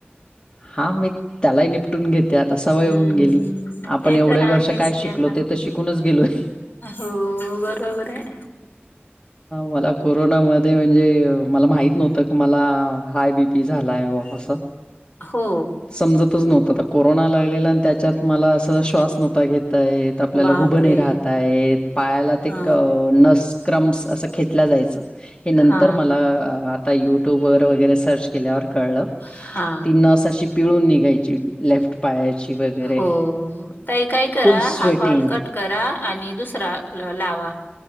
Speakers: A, on the left (about 25°); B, on the left (about 55°).
A: हा मी त्यालाही निपटून घेते, आता सवय
B: हम्म
A: होऊन गेली, आपण
B: ते
A: एवढे
B: तर आहेच
A: वर्ष काय शिकलो
B: की आता
A: ते तर शिक कुणच गेलोय.
B: हो बरोबर आहे.
A: मला कोरोनामध्ये म्हणजे मला माहित नव्हत की मला हाय बी पी झालाय व अस.
B: हो
A: समजतच नव्हत आता कोरोना लागलेला आणि त्याच्यात मला अस श्वास नव्हता घेता त येत. आपल्याला
B: बापरे
A: ऊभ नाही राहाता येत. पायाला ते
B: अ
A: नस, क्रम्स अस खेचला जायच. हे नंतर
B: हा
A: मला आ आत ताई, युट्यूबवर वगैरे, सर्च केल्यावर कळल.
B: हा
A: ती नस तशी, पिळून निघायची. लेफ्ट पायाची वगैरे.
B: हो ताई काय करा
A: फुल स्वेटिंग.
B: हा कॉल कट करा आणि दुसरा लावा